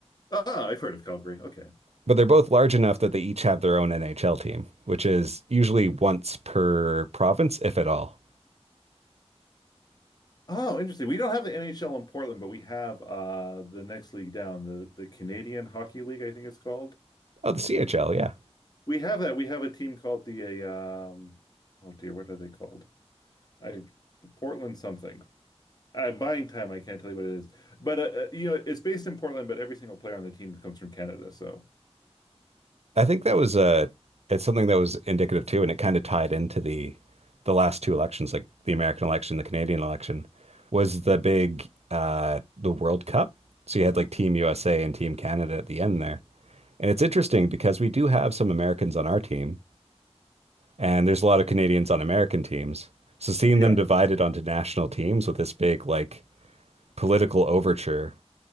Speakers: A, on the left; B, on the right.
A: Ah, I've heard of Calgary. Okay.
B: But they're both large enough that they each have their own NHL team, which is usually once per province, if at all.
A: Oh, interesting. We don't have the NHL in Portland, but we have uh the next league down, the the Canadian Hockey League, I think it's called.
B: Oh, the CHL, yeah.
A: We have that. We have a team called the uh, um oh dear, what are they called? I Portland something. Uh, buying time, I can't tell you what it is. But uh, uh, you know, it's based in Portland, but every single player on the team comes from Canada, so
B: I think that was uh it's something that was indicative too, and it kind of tied into the the last two elections, like the American election, the Canadian election, was the big uh the World Cup. So you had like Team USA and Team Canada at the end there. And it's interesting because we do have some Americans on our teams, and there's a lot of Canadians on American teams. So seeing
A: yeah.
B: them divided
A: <laughs>
B: onto national teams with this big like political overture